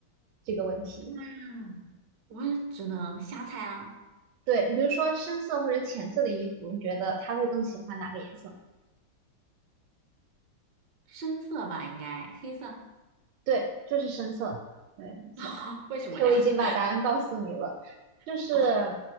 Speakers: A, on the right; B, on the right.
A: 这个问题。
B: 嗯，我也只能瞎猜了，
A: 对，你比如说深色或者浅色的衣服，你觉得他会更喜欢哪个颜色？
B: 深色吧，应该黑色。
A: 对，就是深色。对，
B: <laughs>
A: 没错。
B: 哦，为什么呀？
A: 其实我已经把答案告诉你了，
B: <laughs>
A: 就是，
B: 哦，